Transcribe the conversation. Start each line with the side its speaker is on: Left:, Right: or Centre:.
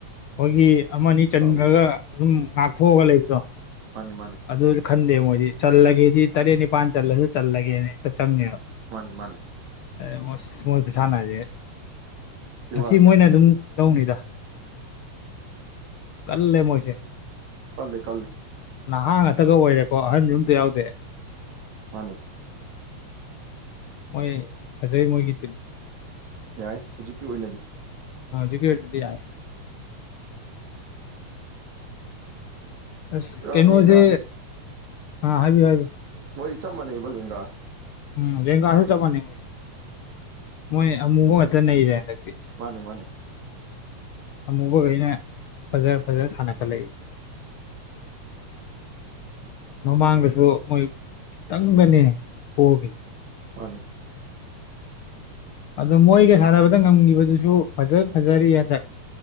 Left: ꯃ‌ꯣꯏꯒꯤ ꯑꯃꯥ ꯑꯅꯤ ꯆꯟꯈ꯭ꯔꯒ
Right: ꯐꯕꯅꯦ
Left: ꯑꯗꯨꯝ ꯉꯥꯛꯊꯣꯛꯑꯒ ꯂꯩꯕꯗꯣ
Right: ꯃꯥꯟꯅꯦ ꯃꯥꯟꯅꯦ
Left: ꯑꯗꯨꯖꯨ ꯈꯟꯗꯦ ꯃꯣꯏꯗꯤ ꯆꯜꯂꯒꯦꯗꯤ ꯇꯔꯦꯠ ꯅꯤꯄꯥꯟ ꯆꯜꯂꯁꯨ ꯆꯜꯂꯒꯦꯅ ꯍꯦꯛꯇ ꯆꯪꯉꯦꯕ
Right: ꯃꯥꯟꯅꯦ ꯃꯥꯟꯅꯦ
Left: ꯑ‌ꯦ ꯃꯁ ꯃꯣꯏ ꯈꯨꯁꯥꯅꯖ‌ꯦ
Right: ꯇꯤꯋꯥꯔ
Left: ꯉꯁꯤ ꯃꯣꯏꯅ ꯑꯗꯨꯝ ꯂꯧꯅꯤꯗ ꯀꯜꯂꯦ ꯃꯣꯏꯁꯦ
Right: ꯀꯜꯂꯦ ꯀꯜꯂꯦ
Left: ꯅꯍꯥ ꯉꯥꯛꯇꯒ ꯑꯣꯏꯔꯦꯀꯣ ꯑꯍꯟꯖꯨ ꯑꯝꯇ ꯌꯥꯎꯗꯦ
Right: ꯃꯥꯟꯅꯦ
Left: ꯃꯣꯏ ꯐꯖꯩ ꯃꯣꯏꯒꯤ ꯇꯤꯝ
Right: ꯌꯥꯏ ꯍꯨꯖꯤꯛꯀꯤ ꯑꯣꯏꯅꯗꯤ
Left: ꯑꯥ ꯍꯨꯖꯤꯛ ꯑꯣꯏꯅꯗꯤ ꯌꯥꯏ ꯑꯁ
Right: ꯑ
Left: ꯀꯩꯅꯣꯖꯦ
Right: ꯂꯦꯡꯒꯥꯁꯤ
Left: ꯑꯥ ꯍꯥꯏꯕꯤꯌꯨ ꯍꯥꯏꯕꯤꯌꯨ꯫
Right: ꯃꯣꯏ ꯆꯞ ꯃꯥꯟꯅꯩꯕ ꯂꯦꯡꯒꯥꯁꯦ꯫
Left: ꯎꯝ ꯂꯦꯡꯒꯥꯁꯨ
Right: ꯑꯗꯣ
Left: ꯆꯞ ꯃꯥꯟꯅꯩ ꯃꯣꯏꯁꯦ ꯃꯣꯏ ꯑꯃꯨꯕ ꯉꯛꯇ ꯅꯩꯔꯦ ꯍꯟꯗꯛꯇꯤ꯫
Right: ꯃꯥꯅꯦ ꯃꯥꯅꯦ꯫
Left: ꯑꯃꯨꯕꯒꯩꯅ ꯐꯖ ꯐꯖꯅ ꯁꯥꯟꯅꯈꯠꯂꯛꯏ꯫ ꯃꯃꯥꯡꯗꯁꯨ ꯃꯣꯏ ꯈꯤꯇꯪꯗꯅꯦ ꯄꯣꯒ꯭ꯔꯤ
Right: ꯃꯥꯅꯦ꯫
Left: ꯑꯗꯣ ꯃꯣꯏꯒ ꯁꯥꯟꯅꯕꯗ ꯉꯝꯈꯤꯕꯗꯨꯁꯨ ꯐꯖ ꯐꯖꯔꯤꯌꯦ ꯍꯟꯗꯛ꯫